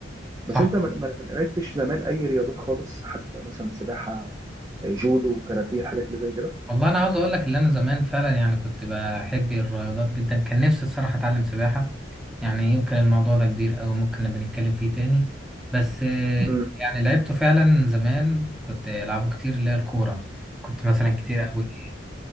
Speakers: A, on the right; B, in the centre.
A: بس
B: صح
A: انت ما ما- ما لعبتش زمان اي رياضات خالص حتى مثلا سباحه جودو كاراتيه الحاجات اللي زي كده
B: والله انا عاوز اقول لك اللي انا زمان فعلا يعني كنت بحب الرياضات جدا كان نفسي الصراحه اتعلم سباحه يعني يمكن الموضوع ده كبير أوي ممكن نبقى نتكلم فيه تاني بس آه،
A: امم
B: يعني لعبته فعلا زمان كنت العبه كتير اللي هي الكوره كنت مثلا كتير قوي